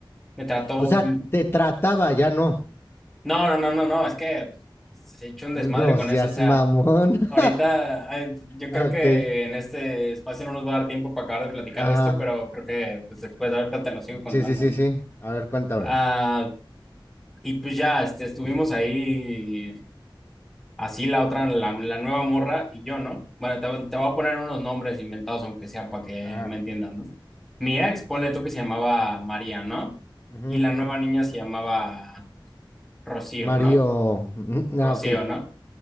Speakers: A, in the centre; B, on the left.
A: me trató
B: O sea, te trataba, ya no.
A: No, no, no, no, no, es que se ha hecho un desmadre
B: No
A: con
B: seas
A: eso, o sea,
B: mamón. <laughs>
A: ahorita ay, yo creo
B: ok,
A: que en este espacio no nos va a dar tiempo para acabar de platicar
B: ajá.
A: de esto, pero creo que pues, después ahorita te lo sigo contando,
B: Sí, sí, sí,
A: ¿no?
B: sí. A ver, cuéntame.
A: Ah, y pues ya, este, estuvimos ahí, así la otra, la, la nueva morra y yo, ¿no? Bueno, te, te voy a poner unos nombres inventados, aunque sea para que
B: Ajá.
A: me entiendan, ¿no? Mi ex, ponle tú que se llamaba María, ¿no?
B: ujú.
A: Y la nueva niña se llamaba Rocío,
B: Mario.
A: ¿no?
B: mm,
A: Rocío,
B: Ah, ok,
A: ¿no?